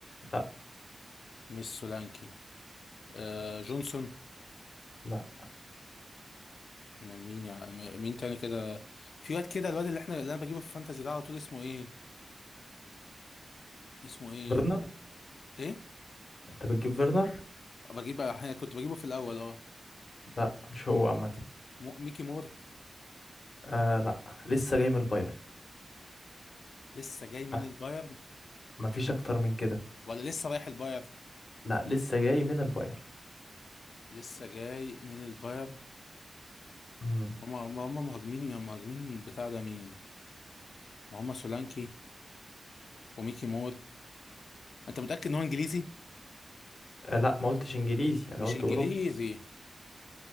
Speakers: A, on the left; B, on the left.
A: لا
B: مش سولانكي آه جونسون
A: لا
B: امال مين يا م- مين تاني كده في واد كده الواد اللي احنا اللي انا بجيبه في الفانتازي ده على طول اسمه ايه اسمه ايه
A: فيرنر
B: ايه
A: انت بتجيب فيرنر
B: بجيبه احيانا كنت بجيبه في الاول اه
A: لا مش هو عامة
B: مو- ميكي مور
A: آه لا لسه جاي من البايرن
B: لسه جاي من
A: آه.
B: البايرن
A: مفيش اكتر من كده
B: ولا لسه رايح البايرن
A: لا لسه جاي من البايرن
B: لسه جاي من البايرن
A: مم.
B: هما هما هما مهاجمين يا مهاجمين بتاع ده مين؟ ما هما سولانكي وميكي مور انت متأكد ان هو انجليزي؟
A: آه لا ما قلتش انجليزي انا
B: مش
A: قلت
B: انجليزي
A: اوروبي